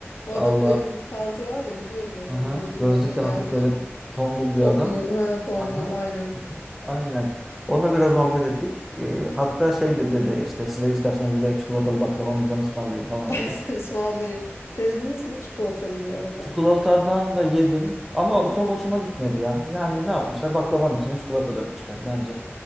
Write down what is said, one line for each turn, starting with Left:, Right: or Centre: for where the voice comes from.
Left: O
Centre: Allah.
Left: adamın da öyle bir tarzı var ya biliyorum adamı
Centre: Aha.
Left: gözümün
Centre: Gözlükle
Left: önüne geldi
Centre: hafif böyle
Left: şimdi.
Centre: tombul
Left: Toplu
Centre: bir adam.
Left: ha tombul
Centre: Aha.
Left: aynen.
Centre: Aha. Aynen. Onunla biraz muhabbet ettik. Ee, hatta şey de dedi işte size isterseniz bir de çikolatalı baklavamızdan ısmarlayayım falan
Left: <laughs>
Centre: dedi.
Left: Ismarlayayım. Denediniz mi çikolatalıyı bu arada?
Centre: Çikolatadan da yedim ama
Left: Hı.
Centre: çok hoşuma gitmedi ya. Yani ne yapmışlar? Baklavanın içine çikolata dökmüşler bence.